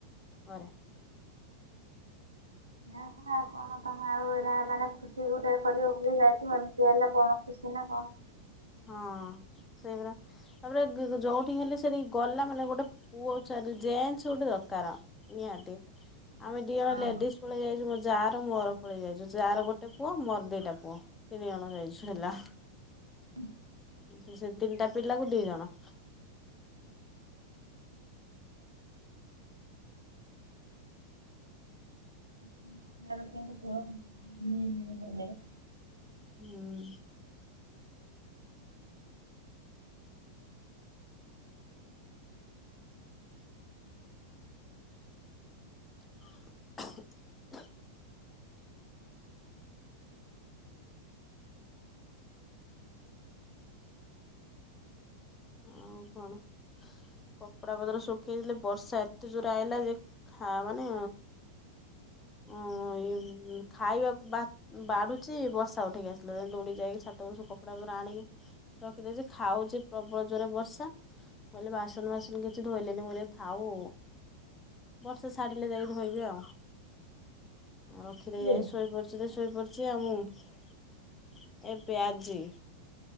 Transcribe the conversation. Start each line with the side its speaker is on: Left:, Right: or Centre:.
Left: ଘରେ
Right: ନା ପା ଆଉ କଣ ତମେ ଆଉ ଏରା ମାନେ ଖୁସି ଗୋଟେ କରିବ ବୋଲି ଯାଇଥିବ ଏମିତି ହେଲେ କଣ ଖୁସି ନା କଣ।
Left: ହଁ ସେଇ ପରା। ତାପରେ <unintelligible> ଯୋଉଠିକି ହେଲେ ସାରି ଗଲା ମାନେ ଗୋଟେ ପୁଅ ଚାଲି ଜେନ୍ସ ଗୋଟେ ଦରକାର। ନିହାତି ଆମେ ଦି ଜଣ
Right: ହଁ
Left: ଲେଡିଜ ପଳେଇ ଆଇଚୁ ମୋ ଯା ର ମୋର ପଳେଇ ଆଇଚୁ ଯା ର ଗୋଟେ ପୁଅ ମୋର ଦିଟା ପୁଅ। ତିନି ଜଣ ଯାଇଛୁ ହେଲା।
Right: ହୁଁ। <unintelligible>
Left: <unintelligible> ସେ ତିନିଟା ପିଲାକୁ ଦି ଜଣ।
Right: <inaudible> ତାର କିନ୍ତୁ ପୁଅ ମି ମି ହେଲେ
Left: ହୁଁ। <unintelligible> ଆଉ କଣ କପଡା ପତର ଶୁଖେଇଥିଲି ବର୍ଷା ଏତେ ଜୋରେ ଆଇଲା ଯେ ଖା ମାନେ ଉଁ <unintelligible> ଖାଇବାକୁ ବା ବାଢୁଚି ବର୍ଷା ଉଠେଇକି ଆସିଲା <unintelligible> ଦୌଡିକି ଯାଇକି ଛାତ‌ ଓପୁରୁ ସବୁ କପଡା ପତର ଆଣିକି ରଖିଦେଇଚି ଖାଉଚି ପ୍ରବଳ ଜୋରେ ବର୍ଷା କହିଲି ବାସନ ଫାସନ କିଛି ଧୋଇଲିନି ମୁଁ କହିଲି ଏରା ଥାଉ। ବର୍ଷା ଛାଡିଲେ ଯାଇକି ଧୋଇବି ଆଉ, ଆଉ ରଖିଦେଇ
Right: ମୁଁ
Left: ଆଇ ଶୋଇପ ରାତିରେ ଶୋଇପଡିଚି ଆଉ ମୁଁ ଏବେ ଆଜି।